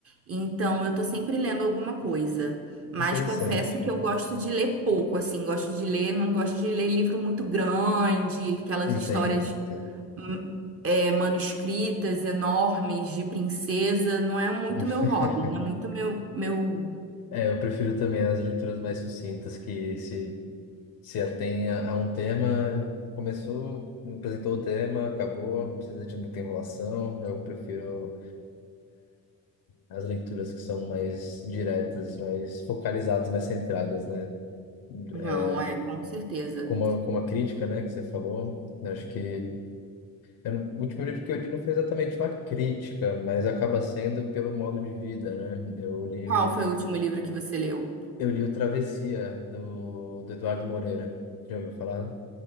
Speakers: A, on the right (about 40°); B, on the left (about 75°).
A: Então, eu tô sempre lendo alguma coisa. Mas
B: interessante.
A: confesso que eu gosto de ler pouco, assim, gosto de ler, não gosto de ler livro muito grande, aquelas
B: Entendo,
A: histórias
B: entendo.
A: hum, é, manuscritas enormes de princesa, não é muito
B: <laughs>
A: meu hobby, não é muito meu, meu...
B: É, eu prefiro também as leituras mais sucintas que se se atém a a um tema, começou, apresentou o tema, acabou, não precisa de muita enrolação. Eu prefiro as leituras que são mais diretas, mais focalizadas, mais centradas, né?
A: Não,
B: É,
A: é, com certeza.
B: Como a, como a crítica, né, que você falou, eu acho que eu, não- o último livro que eu li não foi exatamente uma crítica, mas acaba sendo pelo modo de vida, né? Eu li
A: Qual
B: o,
A: foi o último livro que você leu?
B: eu li o Travessia, do, do Eduardo Moreira. Já ouviu falar?